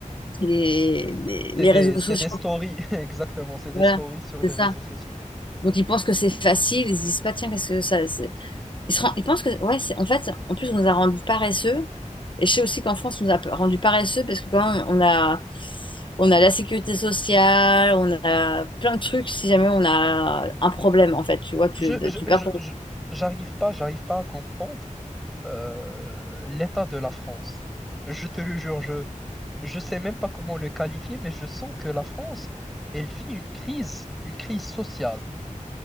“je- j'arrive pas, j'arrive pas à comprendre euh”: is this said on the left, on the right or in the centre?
Centre